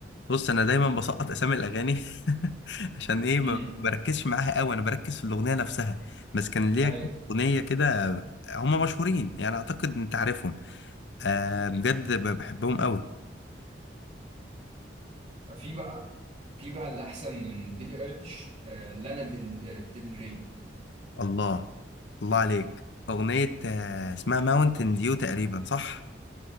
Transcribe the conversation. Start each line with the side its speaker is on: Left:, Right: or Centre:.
Left: بص انا دايما بسقط اسامي الاغاني <laughs> عشان ايه ما
Right: امم
Left: بركزش معاها قوي انا بركز في الاغنيه نفسها بس كان ليها
Right: ايوه
Left: اغنيه كده هم مشهورين يعني اعتقد انت عارفهم أه بجد بحبهم قوي
Right: في بقى في بقى اللي احسن من بيلي ايليش آه لانا ديل, آه، ديل ري
Left: الله الله عليك أغنية آه، اسمها ماونتن ديو تقريبا صح